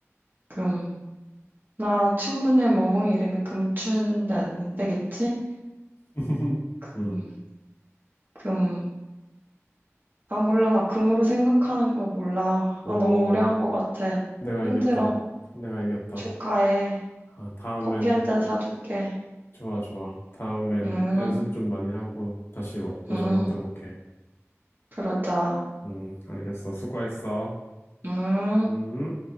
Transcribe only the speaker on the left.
<laughs>
응.
오,
내가
이겼다. 내가 이겼다.
아, 다음엔,
좋아, 좋아. 다음엔
연습 좀 많이 하고 다시 와, 도전하도록
해.
음, 알겠어. 수고했어.
음.